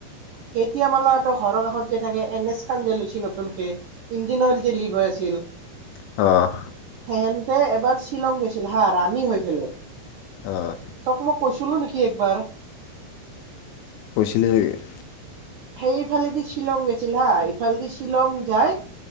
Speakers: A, on the right; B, on the left.
A: কেতিয় মালা ত' ঘৰৰ কাষত যে থাকে এনে লৈছিল নতুনক ইঞ্জিন অইল যে লিক হৈ আছিল
B: আহ
A: সেষণ তে এবাৰ শ্বিলং গৈছিল হা ৰাণী হৈ পেলাই।
B: আহ
A: তোক মোক কৈছিলো নেকি একবাৰ।
B: বিন <unintelligible>
A: সেইফালেদি শ্বিলং গেছিল হা এইফালেদি শ্বিলং যায়।